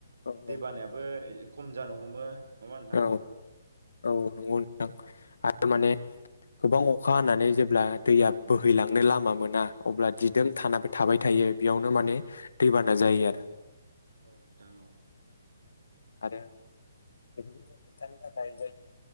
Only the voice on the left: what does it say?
औ
औ औ नंगौ थारमाने गोबां अखा हानानै जेब्ला दैया बोहैलांनो लामा मोना अब्ला दिदों थाना थाबाय थायो बेयावनो माने दैबाना जायो आरो
आरो बेफोरखौ जों होबथानो थाखाय जोंनि